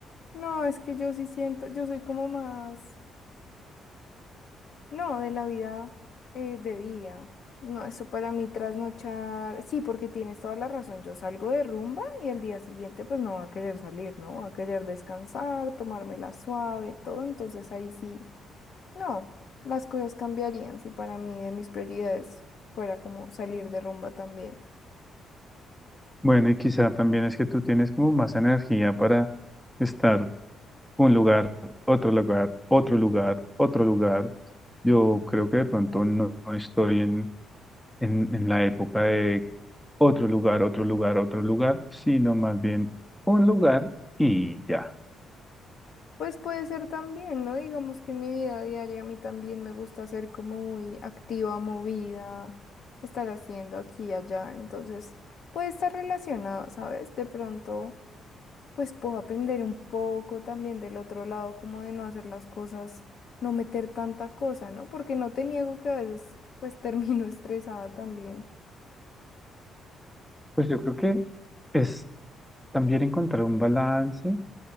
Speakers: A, on the left; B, in the centre.
A: No, es que yo sí siento, yo soy como más... No, de la vida eh, de día. No, eso para mí trasnochar. Sí, porque tienes toda la razón. Yo salgo de rumba y al día siguiente pues no va a querer salir, ¿no? Va a querer descansar, tomármela suave, todo. Entonces ahí sí, no, las cosas cambiarían si para mí de mis prioridades fuera como salir de rumba también.
B: Bueno, y quizá también es que tú tienes como más energía para estar un lugar, otro lugar, otro lugar, otro lugar. Yo creo que de pronto no, no estoy en, en, en la época de otro lugar, otro lugar, otro lugar, sino más bien un lugar y ya.
A: Pues puede ser también, ¿no? Digamos que en mi vida diaria a mí también me gusta ser como muy activa, movida, estar haciendo aquí y allá. Entonces, puede estar relacionado, ¿sabes? De pronto, pues puedo aprender un poco también del otro lado, como de no hacer las cosas, no meter tanta cosa, ¿no? Porque no te niego que a veces, pues <laughs> termino estresada también.
B: Pues yo creo que es también encontrar un balance,